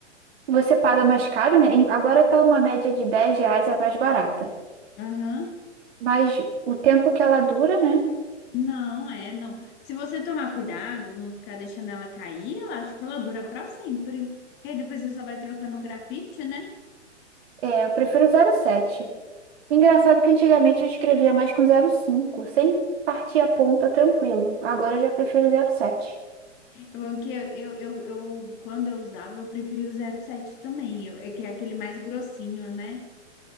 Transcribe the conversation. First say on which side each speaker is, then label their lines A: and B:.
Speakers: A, on the right (about 55°); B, on the left (about 30°).
A: Você paga mais caro, né? E Agora tá uma média de 10 reais, é mais barata.
B: Aham.
A: Mas o tempo que ela dura, né?
B: Não, é, não. Se você tomar cuidado, não ficar deixando ela cair, eu acho que ela dura para sempre. E aí depois você só vai trocando o grafite, né?
A: É, eu prefiro zero vírgula sete Engraçado que antigamente eu escrevia mais com zero vírgula cinco sem partir a ponta tranquilo. Agora eu já prefiro zero vírgula sete
B: É Bom, que eu, eu, eu, eu- quando eu usava, eu preferia o 07 também, eu- é que é aquele mais grossinho, né?